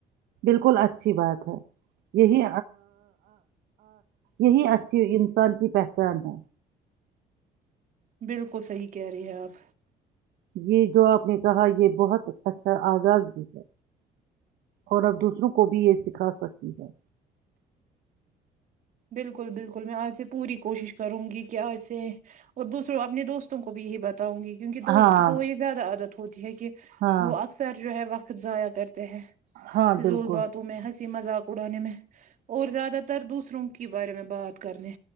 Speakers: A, on the right; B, on the right.
A: بالکل اچھی بات ہے یہی یہی اچھی انسان کی پہچان ہے
B: بالکل صحیح کہہ رہے ہیں آپ
A: یہ جو آپ نے کہا یہ بہت اچھا آغاز بھی ہے اور اب دوسروں کو بھی یہ سکھا سکتی ہے
B: بالکل بالکل میں آج میں پوری کوشش کروں گی کیا وسے اور دوسروں اپنے دوستوں کو بھی یہی بات ہوں گی کیونکہ دوست
A: ہاں
B: کو یہ زیادہ عادت پجی کہ
A: ہاں
B: وہ اکثر جو ہے وقت تضاع کر ہیں
A: ہاں
B: فضول
A: بالکل
B: باتوں میں ہنس مذاق اڑانے میں اور زیادہ تر دوسروں کے کے بارے میں بات کرنے